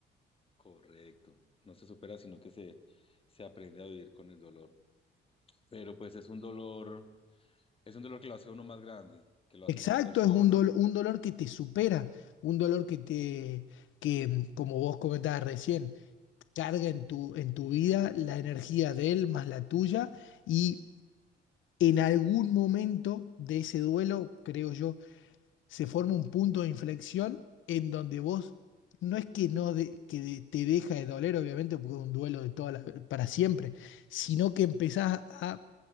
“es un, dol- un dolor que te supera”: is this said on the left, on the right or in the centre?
Left